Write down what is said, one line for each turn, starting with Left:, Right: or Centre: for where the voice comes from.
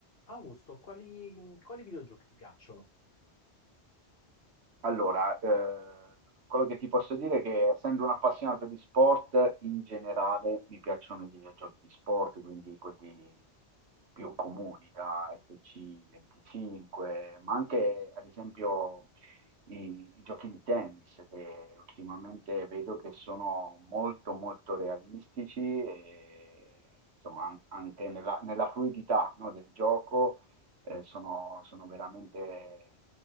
Left: Augusto, quali, quali videogiochi ti piacciono?
Right: Allora, eh, quello che ti posso dire è che essendo un appassionato di sport, in generale mi piacciono i videogiochi di sport, quindi quelli più comuni, da FC25, ma anche ad esempio i, i giochi di tennis, che ultimamente vedo che sono molto molto realistici e insomma an- anche nella, nella fluidità, no, del gioco eh, sono, sono veramente,